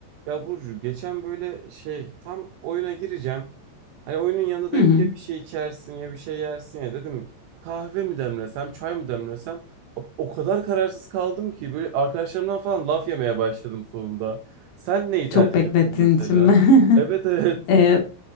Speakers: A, on the right; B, on the left.
A: Ya Burcu geçen böyle şey tam oyuna gireceğim. Hani oyunun yanında da
B: Hı
A: hep
B: hı.
A: ya bir şey içersin ya bir şey yersin ya dedim. Kahve mi demlesem çay mı demlesem o o kadar kararsız kaldım ki böyle arkadaşlarımdan falan laf yemeye başladım sonunda. Sen neyi tercih
B: Çok beklettiğin
A: ediyorsun mesela?
B: için mi?
A: Evet
B: <laughs>
A: evet.
B: Ee,